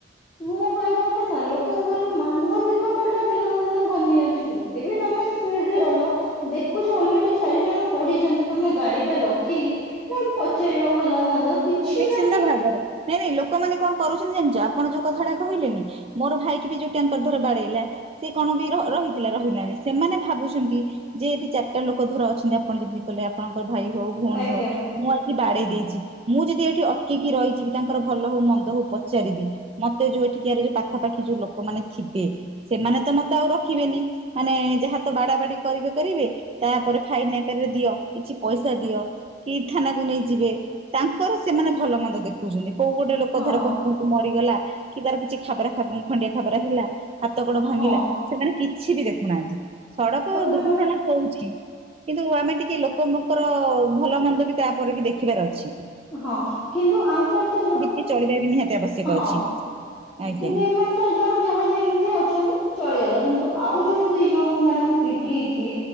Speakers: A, in the centre; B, on the right (about 30°).
A: ମୁଁ କହିବା କଥା ନୁହଁ ଲୋକ ଲୋକଙ୍କ ର ମାନବିକତା ଟା ଦିନକୁ ଦିନ କମି ଯାଉଛି ଯଦି ବି ତମେ ସ୍ପିଡରେ ଗଲ ଦେଖୁଛ ଅଲରେଡି ଚାରି ଜଣ ପଢିଛନ୍ତି ତମେ ଗାଡି ଟା ରଖିକି ନାଇ ପଚାରିବା ଭଲ, ମନ୍ଦ କିଛି
B: ତା ହେଲେ
A: ନାହିଁ
B: ସିନା ଭାବରେ ନାଇଁ ନାଇଁ ଲୋକମାନେ କଣ କରୁଛନ୍ତି ଜାଣିଛ ଆପଣ ଯୋଉ କଥାଟା କହିଲେନି ମୋର ଭାଇକି ବି ଯୋଉ ଟ୍ୟାଙ୍କର ଧର ବାଡେଇଲା ସେ କଣ ବି ର -ରହିଥିଲା ରହିଲାନି ସେମାନେ ଭାବୁଛନ୍ତି ଯେ ଏଠି ଚାରିଟା ଲୋକ ଧର ଅଛନ୍ତି ଆପଣ ଯେମତି କହିଲେ ଆପଣଙ୍କର ଭାଇ ହଉ ଭଉଣୀ
A: ଆଜ୍ଞା
B: ହଉ ମୁଁ ଆଜି ବାଡେଇ ଦେଇଛି ମୁଁ ଯଦି ଏଇଠି ଅଟକିକି ରହିଯିବି ତାଙ୍କର ଭଲ ହଉ ମନ୍ଦ ହଉ ପଚାରିବି ମତେ ଯୋଉ ଏଠିକାର ଯୋଉ ପାଖାପାଖି ଯୋଉ ଲୋକମାନେ ଥିବେ ସେମାନେ ତ ମତେ ଆଉ ରଖିବେନି। ମାନେ ଯାହା ତ ବାଡା ବାଡି କରିବେ କରିବେ ତାପରେ ଫାଇନ୍ ଆକାରରେ ଦିଅ କିଛି ପଇସା ଦିଅ କି ଥାନାକୁ ନେଇ ଯିବେ ତାଙ୍କର ସେମାନେ ଭଲ ମନ୍ଦ ଦେଖଉଛନ୍ତି କୋଉ ଗୋଟେ ଲୋକ
A: ହଁ
B: ଧର କଉ ମରିଗଲା କି ତାର କିଛି ଖବରା ଖଣ୍ଡିଆ ଖାବରା ହେଲା ହାତ ଗୋଡ ଭାଙ୍ଗିଲା
A: ହଁ
B: ସେମାନେ କିଛି ବି ଦେଖୁନାହାନ୍ତି ସଡକ
A: ତାପରେ
B: ଦୁର୍ଘଟଣା ହଉଛି କିନ୍ତୁ ଆମେ ଟିକେ ଲୋକଙ୍କର ଭଲ ମନ୍ଦ ବି ତାପରେ ବି ଦେଖିବାର ଅଛି।
A: ହଁ କିନ୍ତୁ ଆଙ୍କର ତ ଯ
B: କି ଚାଲିବାବି ନିହାତି ଆବଶ୍ୟକ।
A: ହଁ,
B: ଅଛି ଆଜ୍ଞା
A: କିନ୍ତୁ ଏ ମାନେ ଚାରି ଜଣ ଯାହା ଯେମିତି ଅଛନ୍ତି ଚଳିଗଲା କିନ୍ତୁ ଆଉ ଯୋଉ ଦି ଜଣଙ୍କୁ ମ୍ୟାଡାମ୍ ପିଟିହେଇଛି